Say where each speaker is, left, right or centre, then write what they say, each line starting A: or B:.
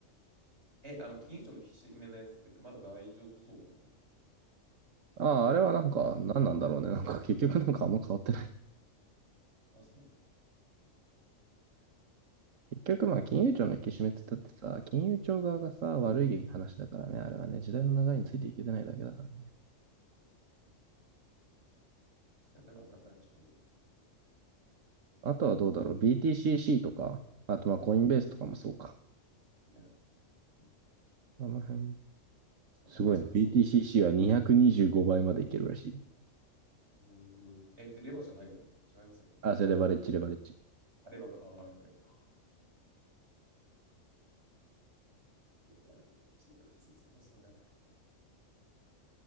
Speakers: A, on the right; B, on the right.
A: え、あの、金融庁のひしめのやつって、まだ大丈夫そうな。
B: ああ、あれはなんか、
A: その、
B: 何なんだろうね。なんか、結局なんかあんま変わってない。
A: あ、そうなの。
B: <laughs> 結局まあ、金融庁の引き締めって言ったってさ、金融庁側がさ、悪い話だからね。あれはね、時代の流れについていけてないだけだからね。
A: 仕方が多かったら確かに。
B: あとはどうだろう。BTCC とか、あとまあ、コインベースとかもそうか。
A: いや、うん
B: あの辺、
A: ちょっと僕はちょっと仮想。
B: すごいな。BTCC は225倍までいけるらしいよ。
A: うーんえ、でレバーじゃないよね。違いますよね。
B: あ、それレバレッジ、レバレッジ。
A: あればか、ああ、やっぱりばか。いや、ちょっと俺仮想通貨おじさんではないけど。